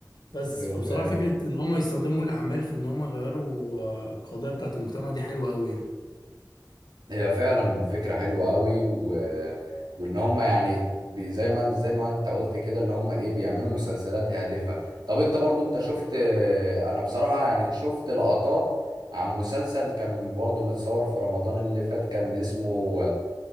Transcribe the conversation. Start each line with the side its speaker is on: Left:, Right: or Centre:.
Left: بس
Right: ايوه
Left: فبصراحة
Right: فاهم
Left: فكرة إن هم يستخدموا الأعمال في إن هم يغيروا آه، القضايا بتاعة المجتمع دي حلوة أوي يعني
Right: هي فعلا فكره حلوه قوي و... وان هم يعني بي- زي ما زي ما انت قلت كده اللي هم ايه بيعملوا مسلسلات هادفه طب انت برضو انت شفت انا بصراحه يعني شفت لقطات عن مسلسل كان برضو متصور في رمضان اللي فات كان اسمه